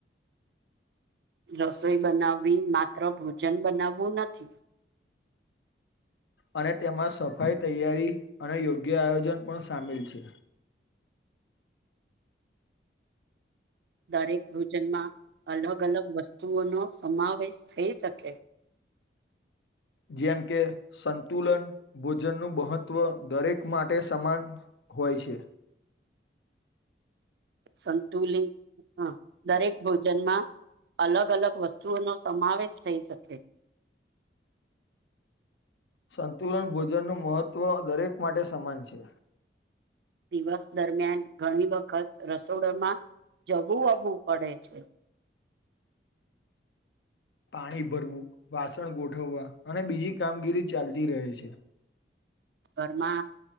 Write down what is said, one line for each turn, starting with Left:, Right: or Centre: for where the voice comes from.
Right: રસોઈ બનાવવી માત્ર ભોજન બનાવવું નથી
Left: અને તેમાં સફાઈ તૈયારી અને યોગ્ય આયોજન પણ સામેલ છે.
Right: દરેક ભોજનમાં અલગ-અલગ વસ્તુઓનો સમાવેશ થઈ શકે. <inaudible>
Left: જેમ કે સંતુલન ભોજનનું મહત્વ દરેક માટે સમાન હોય છે.
Right: સંતુલિત હા, દરેક ભોજનમાં અલગ-અલગ વસ્તુઓનો સમાવેશ થઈ શકે. <inaudible>
Left: સંતુલન ભોજનનું મહત્વ દરેક માટે સમાન છે.
Right: દિવસ દરમિયાન ઘણી વખત રસોડામાં જવું અવું પડે છે.
Left: પાણી ભરવું, વાસણ ગોઠવવા અને બીજી કામગીરી ચાલતી રહે છે.
Right: ઘરમાં